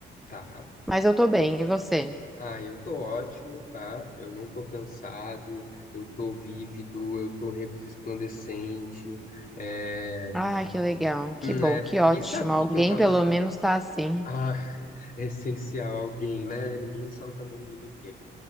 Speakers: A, on the left; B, in the centre.
A: Tá.
B: mas eu tô bem. E você?
A: Ah, eu tô ótimo, tá? Eu não tô cansado, eu tô vívido, eu tô re- resplandecente, é...
B: Ai, que legal.
A: E, né?
B: Que bom, que ótimo.
A: E sabe
B: Alguém
A: o que que eu tava...
B: pelo menos tá assim.
A: Ah, <laughs> é essencial alguém, né? Ninguém solta a mão de ninguém.